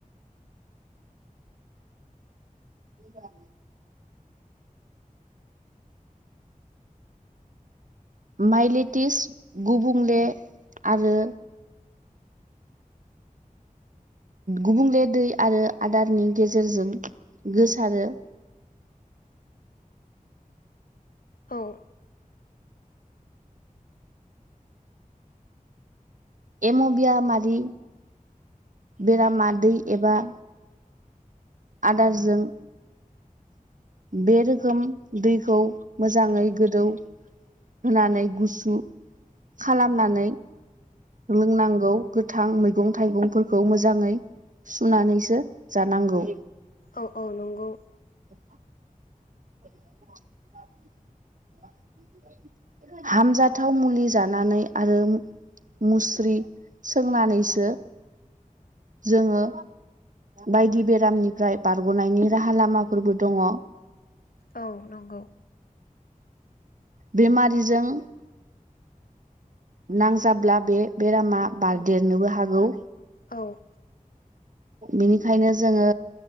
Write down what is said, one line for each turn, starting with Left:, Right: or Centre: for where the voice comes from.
Right: <inaudible> माइलेटिस गुबुंले आरो गुबुंले दै आरो आदारनि गेजेरजों गोसारो।
Left: औ
Right: एम'बिया मादि बेरामा दैै एबा आदारजों बे रोखोम दैखौ मोजाङै गोदौ होनानै गुसु खालामनानै लोंनांगौ गोथां मैगं-थाइगंफोरखौ मोजाङै सुनानैसो जानांगौ।
Left: औ औ नंगौ
Right: औ <unintelligible> <inaudible> <unintelligible> हामजाथाव मुलि जानानै आरो मुस्रि सोंनानैसो जोङो बायदि बेरामनिफ्राय बारग'नायनि राहा लामाफोरबो दङ।
Left: औ नंगौ।
Right: बेमारिजों नांजाब्ला बे बेरामा बारदेरनोबो हागौ।
Left: औ
Right: बेनिखायनो जोङो